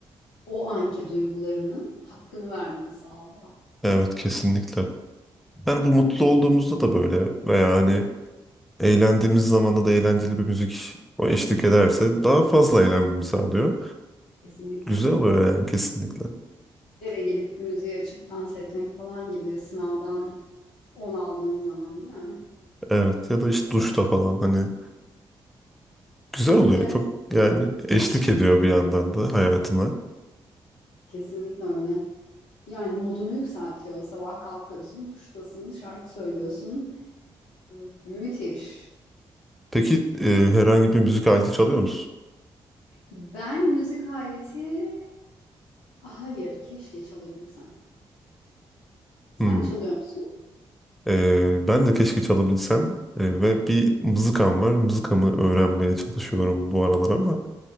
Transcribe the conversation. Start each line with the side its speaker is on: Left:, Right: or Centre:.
Left: o anki duygularının hakkını vermeni sağlıyor.
Centre: Evet kesinlikle. Yani bu mutlu olduğumuzda da böyle veya hani eğlendiğimiz zamanda da eğlenceli bir müzik o eşlik ederse daha fazla eğlenmemi sağlıyor.
Left: Kesinlikle.
Centre: Güzel oluyor yani kesinlikle.
Left: Eve gelip müziği açıp dans etmek falan gibi sınavdan 10 aldığın zaman değil mi?
Centre: Evet ya da işte duşta falan hani güzel oluyor.
Left: Evet.
Centre: Çok yani eşlik ediyor bir yandan da hayatıma.
Left: Kesinlikle öyle. Yani modunu yükseltiyor. Sabah kalkıyorsun, duştasın, şarkı söylüyorsun. Mü- Müthiş.
Centre: Peki e, herhangi bir müzik aleti çalıyor musun?
Left: Ben müzik aleti hayır, keşke çalabilsem.
Centre: Hmm.
Left: Sen çalıyor musun?
Centre: E, ben de keşke çalabilsem E, ve bir mızıkam var. Mızıkamı öğrenmeye çalışıyorum bu aralar ama